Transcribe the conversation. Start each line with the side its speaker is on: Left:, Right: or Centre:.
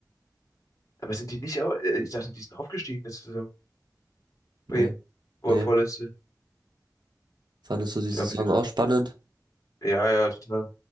Left: Aber sind die nicht auch? äh, Ich dachte, die sind aufgestiegen letzte Saison.
Right: Nee,
Left: Bremen. Oder
Right: nee.
Left: vorletzte.
Right: Fandest du die
Left: Ich
Right: Saison
Left: hab,
Right: auch spannend?
Left: ja, ja, total.